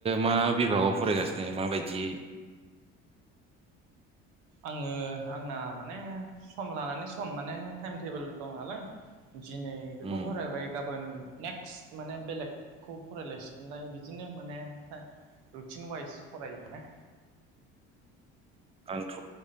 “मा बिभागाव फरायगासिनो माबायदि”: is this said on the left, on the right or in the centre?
Right